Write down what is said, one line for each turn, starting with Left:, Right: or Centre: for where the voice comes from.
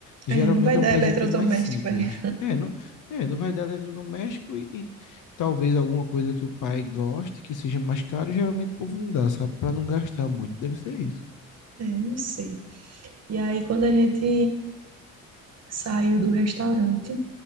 Left: Geralmente
Right: É, não vai
Left: é
Right: dar
Left: um presente
Right: eletrodoméstico,
Left: mais simples.
Right: é. <laughs>
Left: É, não, é, não vai dar eletrodoméstico e, e talvez alguma coisa que o pai goste, que seja mais caro, geralmente o povo não dá, sabe? Para não gastar muito. Deve ser isso.
Right: É, não sei. E aí, quando a gente saiu do restaurante,